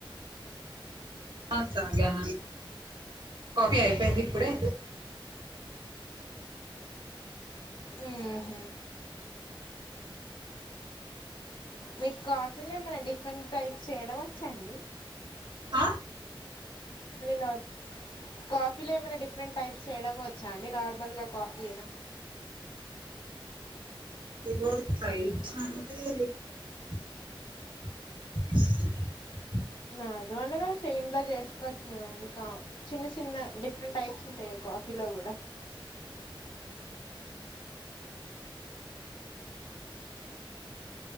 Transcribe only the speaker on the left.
ఉహు మీకు కాఫీలు ఏమైన్నా డిఫరెంట్ టైప్స్ చేయడం వచ్చాండి
నార్ కాఫీలో ఏమైనా డిఫరెంట్ టైప్స్ చేయడం వచ్చా అండి నార్మల్గా కాఫీ అనా
నర్మలుగా చె ఇంట్లా చేసుకోవచ్చు కదండి కా చిన్న చిన్న డిఫరెంట్ టైప్స్ ఉంటాయా కాఫీలో కూడా